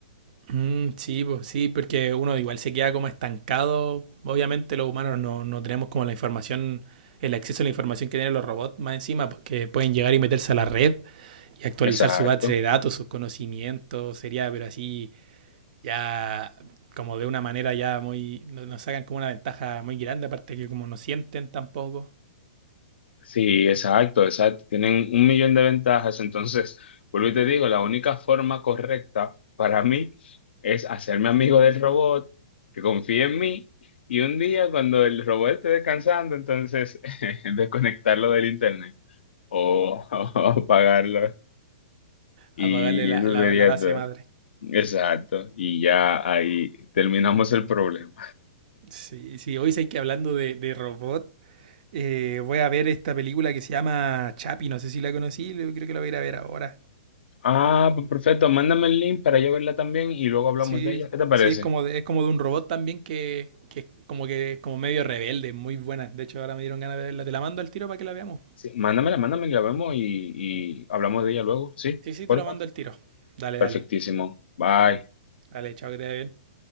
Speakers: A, on the right; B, on the left.
A: Mm, sí, pues, sí, porque uno igual se queda como estancado. Obviamente los humanos no, no tenemos como la información, el acceso a la información que tienen los robots más encima, porque pueden llegar y meterse a la red y actualizar
B: Exacto.
A: su base de datos, sus conocimientos, sería, pero así ya como de una manera ya muy, nos sacan como una ventaja muy grande, aparte que como no sienten tampoco,
B: Sí, exacto, exacto. Tienen un millón de ventajas. Entonces, vuelvo y te digo, la única forma correcta para mí es hacerme amigo del robot, que confíe en mí, y un día cuando el robot esté descansando, entonces <laughs> desconectarlo del internet o, <laughs> o apagarlo. Y
A: apagarle la,
B: eso
A: la,
B: sería
A: la base
B: todo.
A: madre.
B: Exacto. Y ya ahí terminamos el problema.
A: Sí, sí, hoy sé que hablando de, de robot, eh, voy a ver esta película que se llama Chapi, no sé si la conocí, yo creo que la voy a ir a ver ahora.
B: Ah, pues perfecto. Mándame el link para yo verla también y luego hablamos
A: Sí,
B: de ella. ¿Qué te parece?
A: sí, es como de, es como de un robot también que, que es como que es como medio rebelde, muy buena. De hecho, ahora me dieron ganas de verla. Te la mando al tiro para que la veamos.
B: Sí, mándamela, mándamela, la vemos y, y hablamos de ella luego. Sí,
A: Sí, sí,
B: por
A: te la
B: favor.
A: mando al tiro. Dale,
B: Perfectísimo.
A: dale.
B: Bye.
A: Dale, chao, que te vaya bien.